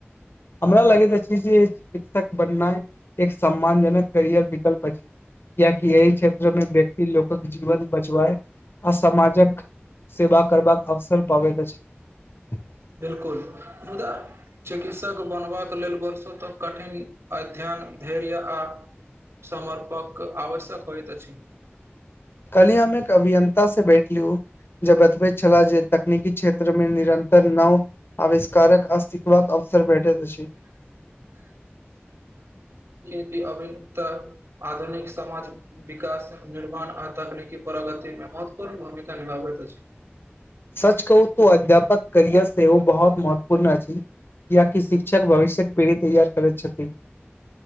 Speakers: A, on the left; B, on the right.
A: हमरा लगैत अछि जे शिक्षक बननाय एक सम्मानजनक करियर विकल्प अछि कियैकि यहि क्षेत्रमे व्यक्ति लोकक जीवन बचवाए आ समाजक सेवा करबाक अवसर पाबैत अछि
B: बिलकुल मुदा चिकित्सक बनबाक लेल वर्षो तक कठिन अध्ययन धैर्य आ समर्पक आवश्यक होइत अछि
A: काल्हि हम एक अभियंता से बैठलूं जे बतबैत छला जे तकनीकी क्षेत्र मे निरंतर नव आविष्कारक आ सिखबाक भेटत अछि
B: <unintelligible> कि अभिन्नतः आधुनिक समाज विकासक निर्माण आ तकनीकी प्रगतिमे महत्वपूर्ण भूमिका निभाबैैत अछि
A: सच कहू तऽ अध्यापक करियर सेहो बहुत महत्वपूर्ण अछि कियै कि शिक्षक भविष्यक पीढ़ी तैयार करैत छथि